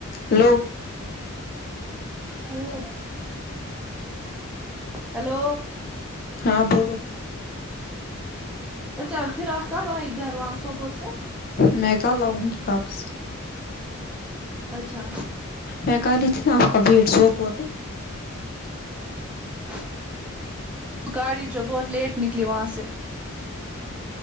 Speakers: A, on the left (about 45°); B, in the centre.
A: ہلو
B: ہلو ہیلو
A: ہاں بولو
B: اچھا پھر آپ کب آئ گھر وہاں سوپور سے
A: میں کل آؤ گی واپس
B: اچھا
A: میں کر رہی تھی نا آپ کا ویٹ سوپور میں
B: <unintelligible> گاڑی جو بہت لیٹ نکلی وہاں سے